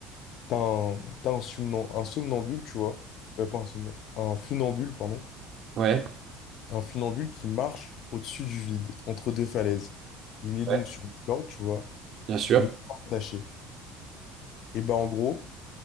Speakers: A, on the left; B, on the right.
A: T'as un, t'as un, somnan- un somnambule, tu vois. Euh, pas un somnambule, un funambule, pardon
B: Ouais.
A: T'as un funambule qui marche au-dessus du vide, entre deux falaises. Il est
B: Ouais.
A: donc sur une corde, tu vois,
B: Bien sûr.
A: et il est pas attaché. Et ben en gros,